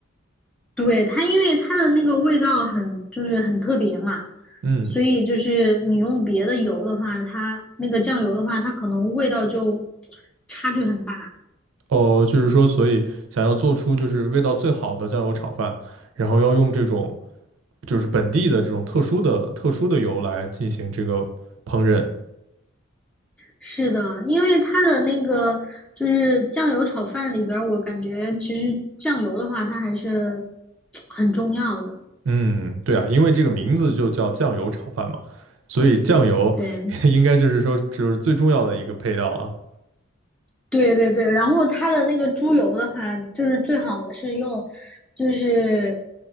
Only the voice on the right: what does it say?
嗯，
哦，就是说，所以想要做出就是味道最好的酱油炒饭，然后要用这种就是本地的这种特殊的特殊的油来进行这个烹饪。
嗯，对啊，因为这个名字就叫酱油炒饭嘛，所以酱油
<laughs> 应该就是说就是最重要的一个配料了。